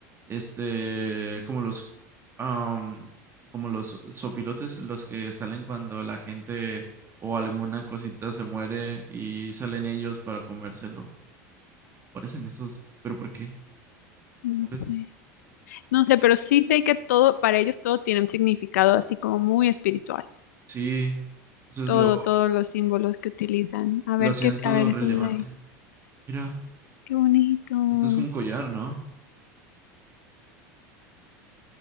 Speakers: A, on the right; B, on the left.
A: este, como los am, como los sopilotes, los que salen cuando la gente o alguna cosita se muere y salen ellos para comérselo. Parecen esos, pero ¿por qué?
B: no
A: ¿Sabes?
B: sé. No sé, pero sí sé que todo, para ellos todo tiene un significado así como muy espiritual.
A: Sí, eso es
B: Todo,
A: lo
B: todos los símbolos que utilizan. A
A: lo
B: ver
A: hacían
B: qué,
A: todo
B: a ver
A: relevante.
B: esos de ahí.
A: Mira,
B: Qué bonito. Ujú,
A: esto es como un collar, ¿no?